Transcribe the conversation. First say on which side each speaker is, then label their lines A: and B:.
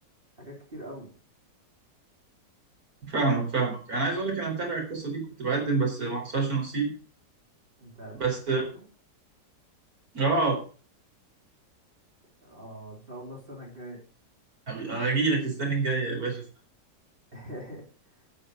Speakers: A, on the right; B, on the right.
A: حاجات كتير قوي
B: فاهمك فاهمك انا عايز اقول لك انا متابع القصة دي كنت بقدم بس ما حصلش نصيب
A: انت قدمت
B: بس
A: برضو
B: اه
A: اه ان شاء الله السنة الجاية
B: اجي لك السنة الجاية يا باشا
A: <laughs>